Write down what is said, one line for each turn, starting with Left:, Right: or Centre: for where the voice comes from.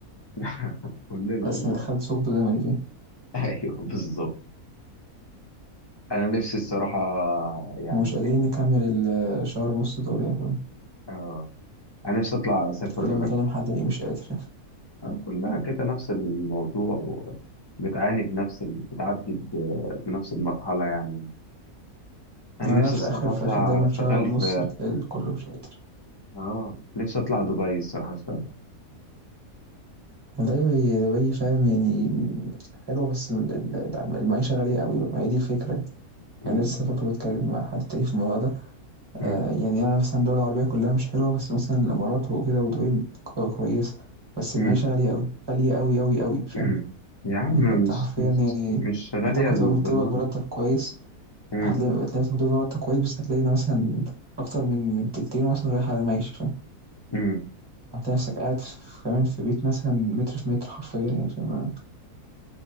Left: <laughs> كلنا
Right: بس
Left: والله
Right: أنا دخلت ثقب زمني فيه
Left: ايوه بالظبط انا نفسي الصراحة يعني
Right: ومش قادرين نكمل الشهر ونص دول يعني فاهم؟
Left: اه انا نفسي اطلع اسافر
Right: كل ما أكلم حد يلاقيه مش قادر
Left: آه، كلها كده نفس الموضوع بتعاني بنفس ال... بتعدي ب... بنفس المرحلة يعني انا
Right: ما
Left: نفسي
Right: لا في
Left: الصراحة
Right: آخر في
Left: اطلع
Right: آخر دايما
Left: اشتغل
Right: شهر ونص
Left: في
Right: بتلاقي الكل مش قادر
Left: اه نفسي اطلع دبي الصراحة اشتغل
Right: والله هي دبي فاهم يعني حلوة بس ال- ال- المعيشة غالية قوي ما هي دي الفكرة يعني
Left: مم.
Right: أنا لسه برضه بتكلم مع حد تاني في الموضوع ده
Left: مم.
Right: آه يعني أنا مثلا الدول العربية كلها مش حلوة بس مثلا الإمارات وكده ودبي كو- كويسة بس
Left: مم.
Right: المعيشة غالية قوي غالية قوي قوي قوي فاهم
Left: مم. يا عم
Right: يعني فأنت
Left: مش
Right: حرفيا
Left: مش
Right: يعني
Left: مش غالية
Right: أنت ممكن تبقى بتقبض
Left: بالمرة
Right: مرتب كويس
Left: مم.
Right: هتلاقي هتلاقي مثلا بتقبض مرتب كويس بس هتلاقي إن مثلا أكتر من من تلتين مثلا رايح على المعيشة فاهم
Left: مم.
Right: انت نفسك قاعد في- كمان في بيت مثلا متر في متر حرفيا يعني فاهم